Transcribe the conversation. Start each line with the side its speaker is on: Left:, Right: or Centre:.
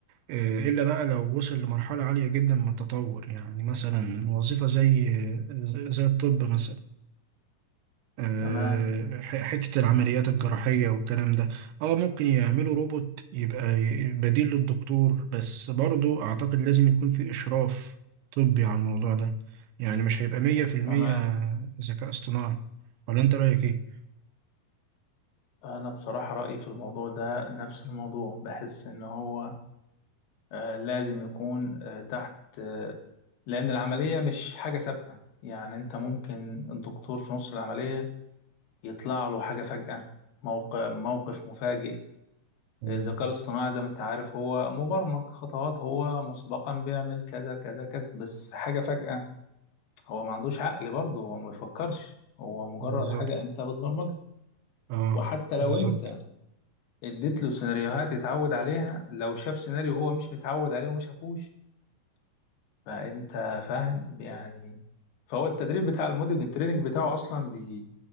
Right: آه، إلا بقى لو وصل لمرحلة عالية جدا من التطور يعني مثلا وظيفة زي آه، زي الطب مثلا آه،
Left: تمام
Right: ح- حتة العمليات الجراحية والكلام ده اه ممكن يعملوا روبوت يبقى ي- بديل للدكتور بس برضو اعتقد لازم يكون في اشراف طبي على الموضوع ده يعني مش هيبقى مية في المية
Left: تمام
Right: ذكاء اصطناعي ولا انت رأيك ايه؟
Left: أنا بصراحة رأيي في الموضوع ده نفس الموضوع بحس إن هو آه لازم يكون آه تحت آه لأن العملية مش حاجة ثابتة يعني أنت ممكن الدكتور في نص العملية يطلع له حاجة فجأة موقف موقف مفاجئ
Right: مم.
Left: الذكاء الاصطناعي زي ما انت عارف هو مبرمج خطوات هو مسبقا بيعمل كذا كذا كذا بس حاجة فجأة هو ما عندوش عقل برضه هو ما بيفكرش هو مجرد
Right: بالظبط
Left: حاجة انت بتبرمجها
Right: اه
Left: وحتى لو
Right: بالظبط
Left: انت اديت له سيناريوهات يتعود عليها لو شاف سيناريو هو مش متعود عليه وما شافوش فانت فاهم يعني فهو التدريب بتاع الموديل التريننج بتاعه اصلا بي